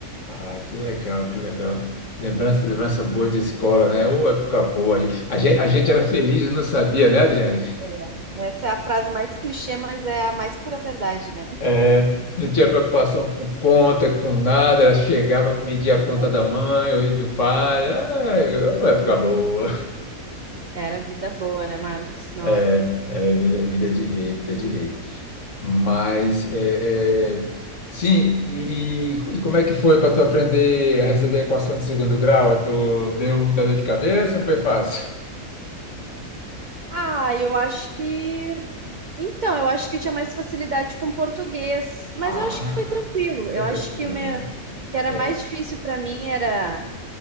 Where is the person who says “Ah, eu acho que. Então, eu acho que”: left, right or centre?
Right